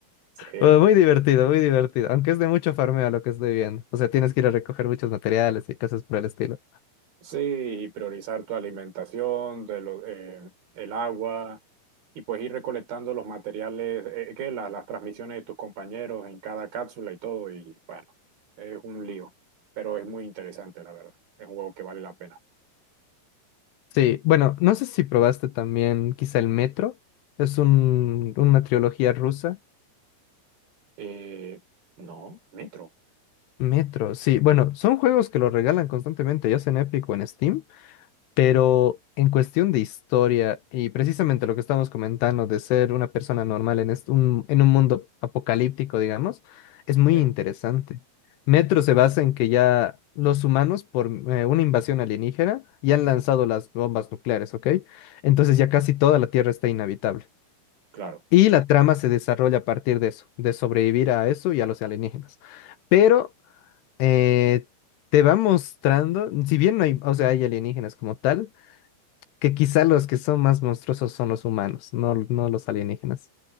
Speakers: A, on the right; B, on the left.
A: Sí.
B: Bueno, Muy divertido, muy divertido. Aunque es de mucho farmeo lo que estoy viendo. O sea, tienes que ir a recoger muchos materiales y cosas por el estilo.
A: Sí, y priorizar tu alimentación, de lo- eh, el agua, y pues ir recolectando los materiales, eh, que la- las transmisiones de tus compañeros en cada cápsula y todo, y bueno, es un lío, pero es muy interesante, la verdad. Es un juego que vale la pena.
B: Sí, bueno, no sé si probaste también quizá el Metro. Es un, una trilogía rusa.
A: Eh, no, Metro,
B: Metro, sí. Bueno, son juegos que lo regalan constantemente, ya sea en Epic o en Steam. Pero en cuestión de historia y precisamente lo que estamos comentando de ser una persona normal en, est- un, en un mundo apocalíptico, digamos, es muy
A: sí,
B: interesante. Metro se basa en que ya los humanos, por eh, una invasión alienígena, ya han lanzado las bombas nucleares, ¿ok? Entonces ya casi toda la Tierra está inhabitable.
A: claro.
B: Y la trama se desarrolla a partir de eso, de sobrevivir a eso y a los alienígenas. Pero eh, te va mostrando, si bien no hay, o sea, hay alienígenas como tal, que quizá los que son más monstruosos son los humanos, no, no los alienígenas.